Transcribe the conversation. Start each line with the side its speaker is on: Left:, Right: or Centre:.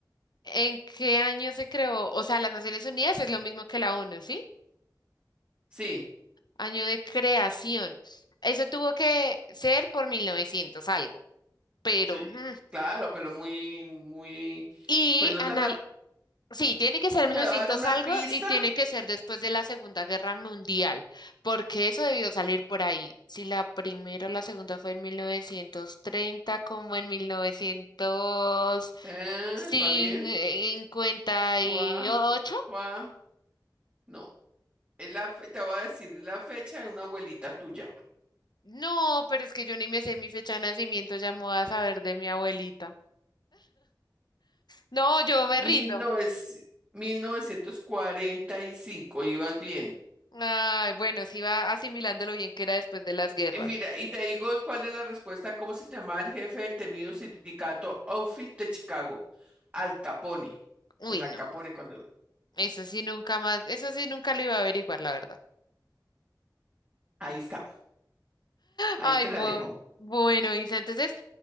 Left: ¿En qué año se creó? O sea, las Naciones Unidas es lo mismo que la ONU, ¿sí?
Right: Sí,
Left: Año de creación. Eso tuvo que ser por 1900 algo, pero...
Right: sí,
Left: hmm.
Right: claro, pero muy, muy,
Left: Y
Right: pues no
Left: anal
Right: tan... a-
Left: Sí, tiene que ser mil
Right: Te
Left: novecientos
Right: voy a dar una
Left: algo
Right: pista
Left: y tiene que ser después de la Segunda Guerra Mundial, porque eso debió salir por ahí. Si la primera o la segunda fue en 1930 como en mil novecientos
Right: Ah,
Left: cincuenta
Right: ¿va bien?
Left: y
Right: Guam,
Left: ocho.
Right: guam. No, es la fe- te voy a decir, es la fecha de una abuelita tuya.
Left: No, pero es que yo ni me sé mi fecha de nacimiento, ya me voy a saber de mi abuelita. No, yo me
Right: mil
Left: rindo.
Right: novecientos mil novecientos cuarenta y cinco ibas bien.
Left: Ay, bueno, sí va asimilando lo bien que era después de las guerras.
Right: Y mira, y te digo cuál es la respuesta, cómo se llamaba el jefe del temido sindicato Outfit de Chicago, Al Capone.
Left: Uy,
Right: El Al
Left: no,
Right: Capone cuando...
Left: eso sí nunca más, eso sí nunca lo iba a averiguar, la verdad.
Right: Ahí está, ahí
Left: Ay,
Right: te
Left: bueno.
Right: la dejo.
Left: Bueno, Isa, entonces,